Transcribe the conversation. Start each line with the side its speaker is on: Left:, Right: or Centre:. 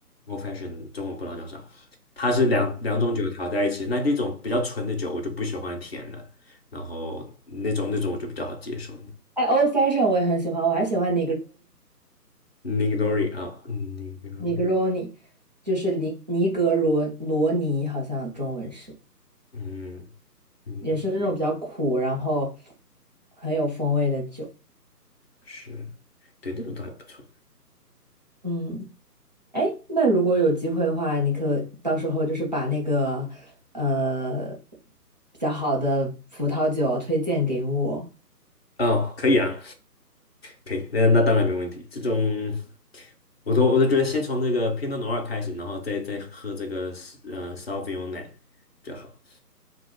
Left: old fashion 中文不知道叫啥，它是两两种酒调在一起，那这种比较纯的酒我就不喜欢甜的，然后那种那种我就比较好接受。
Right: 哎，old fashion 我也很喜欢，我还喜欢
Left: Negroni 啊，Negroni，
Right: Negroni，Negroni 就是尼尼格罗罗尼，好像中文是，
Left: 嗯，Negro
Right: 也是那种比较苦，然后很有风味的酒。
Left: 是，对，那种倒还不错。
Right: 嗯，哎，那如果有机会的话，你可到时候就是把那个呃比较好的葡萄酒推荐给我。
Left: 哦，可以啊，可以，那那当然没问题。这种，我都我都觉得先从这个 Pinot Noir 开始，然后再再喝这个呃 Sauvignon 就好。